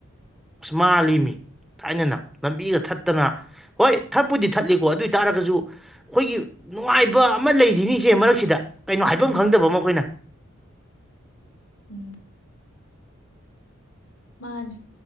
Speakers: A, in the centre; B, on the left.
A: ꯑꯁ ꯃꯥꯜꯂꯤ ꯃꯤ ꯊꯥꯏꯅꯅ ꯂꯝꯕꯤꯒ ꯊꯠꯇꯅ ꯍꯣꯏ ꯊꯠꯄꯨꯗꯤ ꯊꯠꯂꯤꯀꯣ ꯑꯗꯨ ꯑꯣꯏ ꯇꯥꯔꯒꯁꯨ ꯑꯩꯈꯣꯏꯒꯤ ꯅꯨꯡꯉꯥꯏꯕ ꯑꯃ ꯂꯩꯔꯤꯅꯤ ꯏꯆꯦ ꯃꯔꯛꯁꯤꯗ ꯀꯩꯅꯣ ꯍꯥꯏꯐꯝ
B: ꯎꯝ
A: ꯈꯪꯗꯕ ꯑꯃ ꯑꯩꯈꯣꯏꯅ
B: ꯎꯝ ꯃꯥꯅꯦ